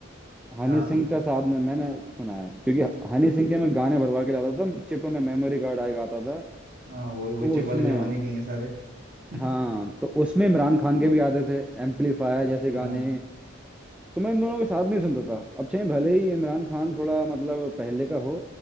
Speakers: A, in the centre; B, on the right.
A: हनी
B: हाँ
A: सिंह का साथ में मैंने सुना है क्योंकि हनी सिंह के मैं गाने भरवा के लाता था चिप में मेमोरी कार्ड आएगा आता था
B: हाँ वो वो
A: वो
B: चिप
A: उसमें
B: वाले जमाने के ही हैं सारे <laughs>
A: हाँ तो उसमें इमरान खान के भी आते थे एम्पलीफायर जैसे गाने
B: हाँ
A: तो मैं इन दोनों के साथ नहीं सुनता था अब चाहे भले ही इमरान खान थोड़ा मतलब पहले का हो